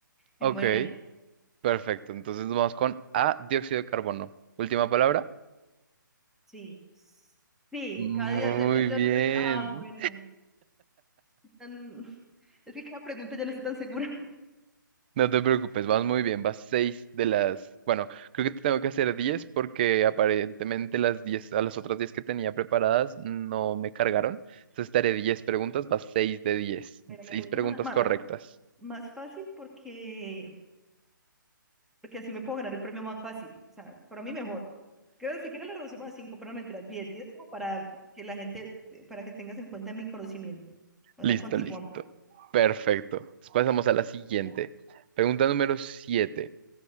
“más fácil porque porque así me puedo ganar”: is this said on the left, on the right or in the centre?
Centre